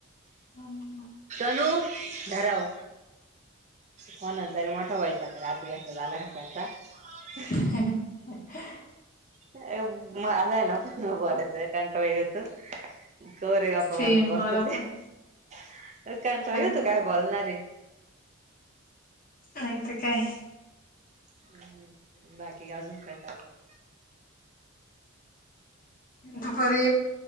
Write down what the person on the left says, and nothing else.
ह्म्म
ह्... ह्.. ह्..
सेम
मला
पण
हा ना
नाहीतर काय
दुपारी